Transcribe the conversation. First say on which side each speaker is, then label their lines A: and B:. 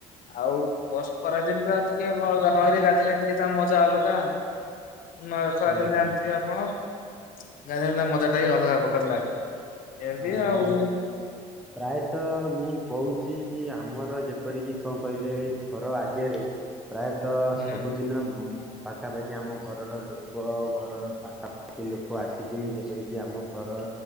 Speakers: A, on the left (about 65°); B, in the centre.
A: ଆଉ ବସ୍ ଖରା ଦିନି ଆ ଟିକେ ଭଲକା ନଈରେ ଗାଧେଇଲେ, ଟିକେ ତା ମଜା ଅଲଗା। ନ ଖରାଦିନ
B: ହଁ
A: ଜାଣିଥିବେ ଆପଣ? ଗା ମଜା ଟା ହି ଅଲଗା ପ୍ରକାର ଲାଗେ। ଏମିତି
B: ହଁ
A: ଆଉ
B: ଆଜ୍ଞା। ପ୍ରାୟତଃ ମୁଁ କହୁଛି କି ଆମର ଯେପରିକି କଣ କହିଲେ? ଘର ଆଗରେ ପ୍ରାୟତଃ
A: ହୁଁ
B: ସବୁଜିନମ ହୁଁ ପାଖାପାଖି ଆମ ଘରର ଲୋକ ଘରର ପାଖାପାଖି ଲୋକ ଆସିକିନି ଯେପରିକି ଆମ ଘର